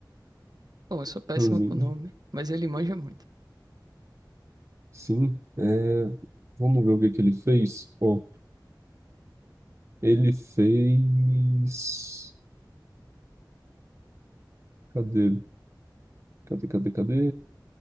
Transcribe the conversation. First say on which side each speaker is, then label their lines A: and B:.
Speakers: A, on the right; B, on the right.
A: Bom, eu sou péssimo
B: Hans Zimmer.
A: com nome, mas ele manja muito.
B: Sim, é, vamos ver o que que ele fez. Ó, ele fez. Cadê? Cadê, cadê, cadê?